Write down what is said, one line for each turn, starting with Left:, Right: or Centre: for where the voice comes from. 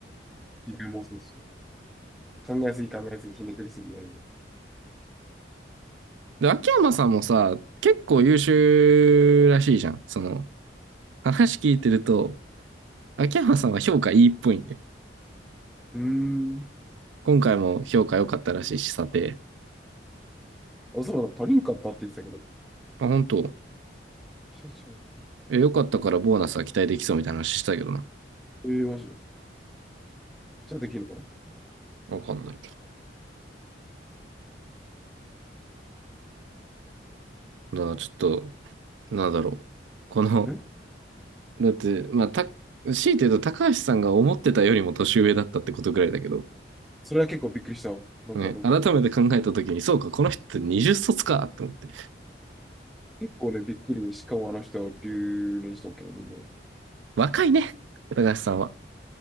Centre: 自分もそうですよ。考えすぎ考えすぎ、ひねくりすぎないね。
Right: で、秋山さんもさ、結構優秀らしいじゃん。その、話聞いてると、秋山さんは評価いいっぽいんで。
Centre: うーん。
Right: 今回も評価良かったらしいし、査定。
Centre: あ、そうだ、他人かったって言ってたけど、
Right: あ、本当
Centre: 久しぶ
Right: え、良かったからボーナスは期待できそうみたいな話したけどな。
Centre: り。ええー、マジで。ちゃんとできるかな
Right: わかんないけど。だからちょっと、なんだろう。この、
Centre: ん？
Right: だって、まあ、た、強いて言うと高橋さんが思ってたよりも年上だったってことぐらいだけど、
Centre: それは結構びっくりしたわ。なんかあの、
Right: ね、改めて考えたときに、そうか、この人って20卒かと思って。
Centre: 結構ね、びっくりで、しかもあの人は留年したわけよ、人間。
Right: 若いね、高橋さんは。